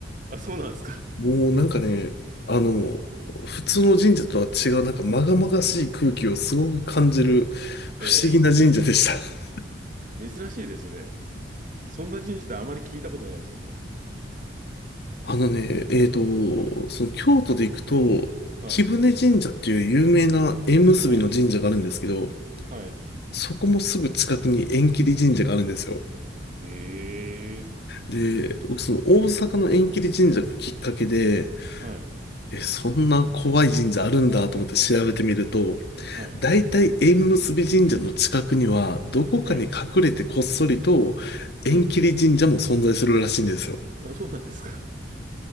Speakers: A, on the right; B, on the left.
A: あ、そうなんですか。
B: もうなんかね、あの、普通の神社とは違う、なんか禍々しい空気をすごく感じる <laughs> 不思議な神社でした。
A: え
B: <laughs>
A: え、珍しいですね。そんな神社であまり聞いたことないですよね。
B: あのね、えっと、
A: ええ、
B: その京都で行くと、
A: はい、
B: 貴船神社っていう有名な縁結びの神社があるんですけど、
A: はい、はい。
B: そこもすぐ近くに縁切り神社があるんですよ。
A: ええ、
B: で、僕その大阪の縁切り神社がきっかけで、
A: はい、
B: え、そんな怖い神社あるんだと思って調べてみると、
A: はい。
B: 大体縁結び神社の近くには、どこかに隠れてこっそりと縁切り神社も存在するらしいんですよ。
A: ええ、うん。あ、そうなんですか。